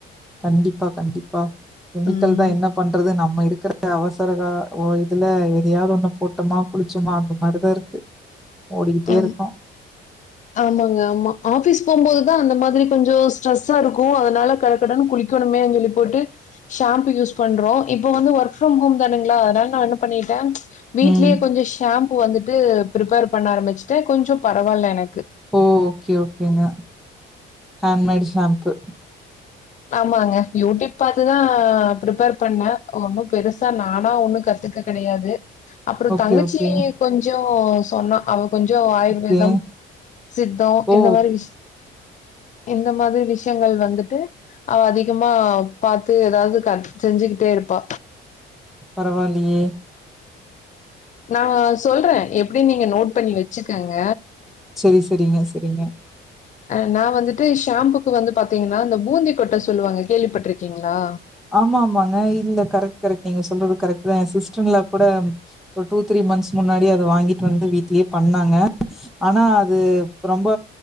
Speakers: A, in the centre; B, on the left (about 35°).
A: கண்டிப்பா கண்டிப்பா கெமிக்கல்
B: ம்.
A: தான் என்ன பண்றது நம் நம்ம இருக்கிற அவசரகா ஓ இதுல எதையாவது ஒண்ணு போட்டோமா குளிச்சோமா அந்த மாரிதான் இருக்கு ஓடிக்கிட்டே
B: ஆம்
A: இருக்கோம்.
B: ஆமாங்க ஆமா ஆபிஸ் போம்போது தான் அந்த மாதிரி கொஞ்ச ஸ்ட்ரெஸ்ஸா இருக்கு அதனால கழக்கடனு குளிக்கணுமே அப்பிஞ் சொல்லி போட்டு ஷாம்பு யூஸ் பண்றோ இப்போ வந்து ஒர்க் ஃப்ரம் ஹோம் தானுங்ளா அதனால நான் என்ன பண்ணிட்டே ம்ச்சு வீட்லயே
A: ம்.
B: கொஞ்ச ஷாம்பூ வந்துட்டு பிரிப்பேர் பண்ண ஆரம்பிச்சுட்டே கொஞ்ச பரவால்ல எனக்
A: ஓகே ஓகேங்க ஹேண்ட் மேடு ஷேம்ப்பு
B: ஆமாங்க யூடியூப் பாத்து தா ப்ரிப்பேர் பண்ணே ஒன்னு பெருசா நானா ஒன்னு கத்துக்க கிடையாது அப்பறோ
A: ஓகே,
B: தங்கச்சி
A: ஓகே,
B: கொஞ்ச தோ சொன்னா அவ கொஞ்சோ ஆயுர்வேதம்
A: ஓகே.
B: சித்தோ
A: ஓ!
B: இந்த மாரி விஷ் இந்த மாதிரி விஷயங்கள் வந்துட் ட்டு அவ அதிகமா பாத்து ஏதாவது க செஞ்சுக்கிட்டே இருப்பா
A: பரவால்லியே
B: நா சொல்றே எப்புடி நீங்க நோட் பண்ணி வெச்சுக்கங்க
A: செரி செரிங்க செரிங்க
B: அ நா வந்துட்டு ஷாம்புக்கு வந்து பாத்தீங்கன்னா இந்த பூந்தி கொட்ட சொல்லுவாங்க கேள்விப்பட்ருக்கீங்களா
A: ஆமா ஆமாங்க இல்ல கரெக்ட் கரெக்ட் நீங்க சொல்றது கரெக்ட் தான் என் சிஸ்ட்ர் இன் லா கூட ஒரு டூ த்ரீ மந்த்ஸ் முன்னாடி அது வாங்கிட்டு வந்து வீட்லே பண்ணாங்க ஆனா அது ரொம்ப